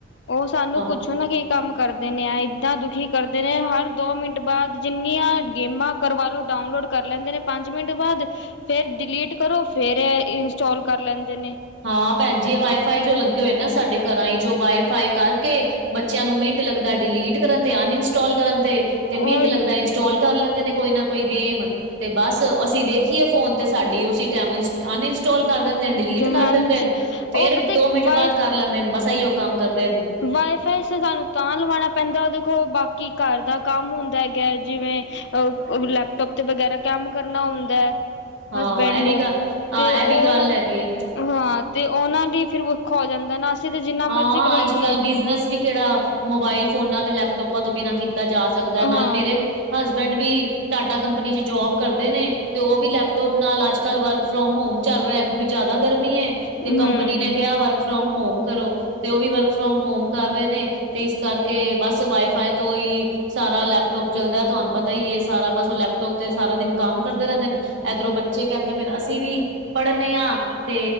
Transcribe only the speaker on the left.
ਉਹ ਸਾਨੂੰ
ਪੁੱਛੋ ਨਾ ਕਿ ਕੰਮ ਕਰਦੇ ਨੇ ਆ ਇੱਦਾਂ ਦੁਖੀ ਕਰਦੇ ਨੇ, ਹਰ ਦੋ ਮਿੰਟ ਬਾਅਦ ਜਿੰਨੀਆਂ ਗੇਮਾਂ ਕਰਵਾ ਲਓ। ਡਾਊਨਲੋਡ ਕਰ ਲੈਂਦੇ ਨੇ ਪੰਜ ਮਿੰਟ ਬਾਅਦ ਫੇਰ ਡਿਲੀਟ ਕਰੋ ਫੇਰ ਇਹ ਇੰਸਟਾਲ ਕਰ ਲੈਂਦੇ ਨੇ।
ਉਹੀ
ਹਾਂਜੀ
ਉਹ ਪਤਾ
ਵਾਈ
ਵਾਈ ਫਾਈ ਤੇ ਸਾਨੂੰ ਤਾਂ ਲਵਾਉਣਾ ਪੈਂਦਾ ਦੇਖੋ ਬਾਕੀ ਘਰ ਦਾ ਕੰਮ ਹੁੰਦਾ ਹੈਗਾ, ਜਿਵੇਂ ਅ ਲੈਪਟੋਪ ਤੇ ਵਗੈਰਾ ਕੰਮ ਕਰਨਾ ਹੁੰਦਾ ਹੈ।
ਹਸਬੈਂਡ
ਨੂੰ
ਤੇ ਉਹ
ਨਾ
ਹਾਂ ਤੇ ਉਹਨਾਂ ਲਈ ਫਿਰ ਔਖਾ ਹੋ ਜਾਂਦਾ ਨਾ। ਅਸੀਂ ਤੇ ਜਿੰਨਾ
ਮਰਜ਼ੀ ਕਰਾਈਏ
ਹਾਂ
ਹਮ